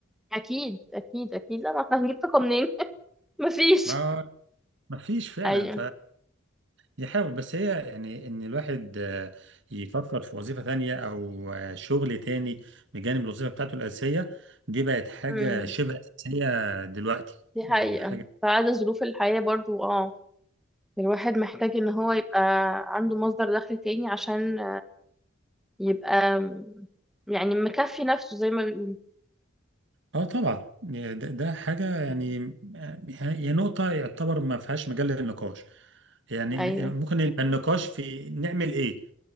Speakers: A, in the centre; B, on the right.
A: اكيد اكيد اكيد لا ما احنا هنجيب طاقه منين <laughs> مفيش
B: ما ما فيش فعلا
A: ايوه
B: يحاول بس هي يعني ان الواحد آه، يفكر في وظيفة تانية او آه، شغل تاني بجانب الوظيفة بتاعته الأساسية دي بقت حاجة
A: امم
B: شبه أساسية دلوقتي
A: دي
B: دي
A: حقيقه
B: حاجة
A: بعد ظروف الحياه برضو اه الواحد محتاج ان هو يبقى عنده مصدر دخل تاني عشان يبقى يعني مكفي نفسه زي ما بيقولوا
B: اه طبعا يعني ده, ده حاجة يعني
A: مم.
B: آه، هي نقطة يعتبر ما فيهاش مجال للنقاش يعني
A: ايوه
B: ممكن يبقى النقاش في نعمل ايه